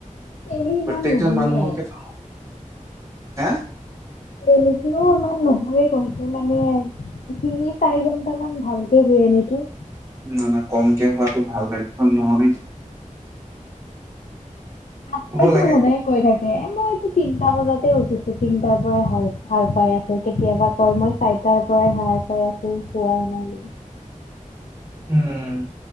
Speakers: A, on the left (about 75°); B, on the right (about 20°).
A: তেওঁলোক ইমান
B: প্ৰত্যেকজন
A: নুশুৱে
B: মানুহকে, হা?
A: তেনেকৈ ইমান নহয় কমকে মানে তিনি চাৰি ঘন্টা মান ভালকে শুয়ে নেকি।
B: না না কমকে শুৱাটো ভাল লক্ষণ নহয়
A: থাকেটো
B: শুব লাগে
A: সদায় কৈ থাকে এ মই তিনটা বজাতে উঠিছো তিনটাৰ পৰা সাৰ পাই আছোঁ কেতিয়াবা কয় মই চাৰিটাৰ পৰাই হাৰ পাই আছোঁ শুৱাই নাই বুলি
B: উম